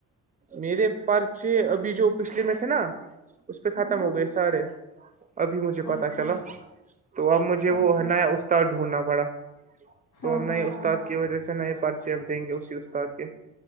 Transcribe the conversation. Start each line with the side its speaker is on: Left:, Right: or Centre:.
Right: میرے پرچے ابھی جو پچھلے میں تھے نا اس پہ ختم
Left: ہوں
Right: ہو گئے سارے ابھی مجھے پتا
Left: اچھا
Right: چلا تو اب مجھے
Left: اچھا
Right: وہ ہے نا استاد ڈھونڈنا پڑا تو
Left: ہاں
Right: ا ہم نئے
Left: ہاں
Right: استاد کی وجہ سے نئے پرچے اب دیں گے اسی استاد کے